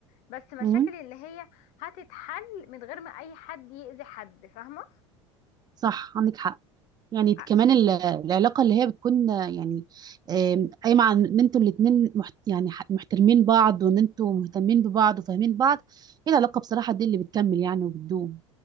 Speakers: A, on the left (about 50°); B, on the right (about 25°).
A: بس مشاكل
B: امم
A: اللي هي هتتحل من غير ما اي حد يأذي حد فاهمة
B: صح عندك حق يعني كمان
A: ع-
B: ال- العلاقه اللي هي بتكون آه، يعني آم، قايمه عن ان انتوا الاتنين محت... يعني ح- محترمين بعض وان انتوا مهتمين ببعض وفاهمين بعض هي العلاقه بصراحه دي اللي بتكمل يعني وبتدوم